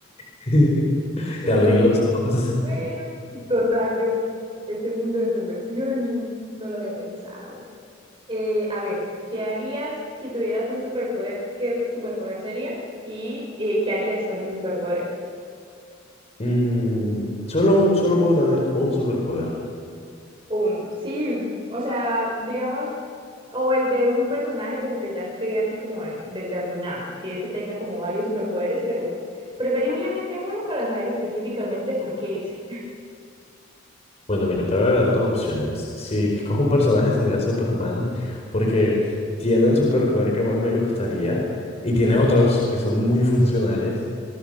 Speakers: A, on the left; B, on the right.
A: <laughs>
B: Eso
A: Te abrí
B: fue como,
A: los
B: de,
A: ojos.
B: bueno, total, yo, este mundo de perversiones, no lo había pensado. Eh, a ver, ¿qué harías si tuvieras un superpoder? ¿Qué superpoder sería? ¿Y eh, qué harías con ese superpoder?
A: Mm, solo, un- solo puedo tener un superpoder.
B: Uno, sí, o sea, digamos, o el de un personaje como que ya esté así como de- determinado, que ese tenga como varios superpoderes, pero preferiblemente uno para saber específicamente por qué ese.
A: Bueno, mira, te voy a dar dos opciones. Si escojo un personaje sería Superman, porque tiene el superpoder que más me gustaría y tiene otros que son muy funcionales.